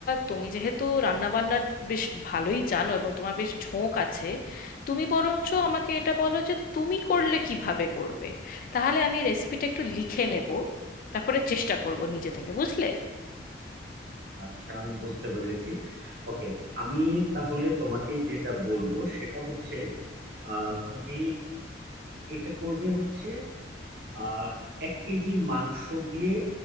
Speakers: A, on the left; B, on the right.
A: তুমি যেহেতু রান্না বান্নার বেশ ভালোই জানো এবং তোমার বেশ ঝোঁক আছে তুমি বরঞ্চ আমাকে এটা বলো যে তুমি করলে কিভাবে করবে তাহলে আমি রেসিপিটা একটু লিখে নেব তারপরে চেষ্টা করব নিজে থেকে বুঝলে
B: আচ্ছা আমি বুঝতে পেরেছি ওকে আমি তাহলে তোমাকে যেটা বলবো সেটা হচ্ছে আহ, তুমি এটা করবে হচ্ছে আহ, এক কেজি মাংস দিয়ে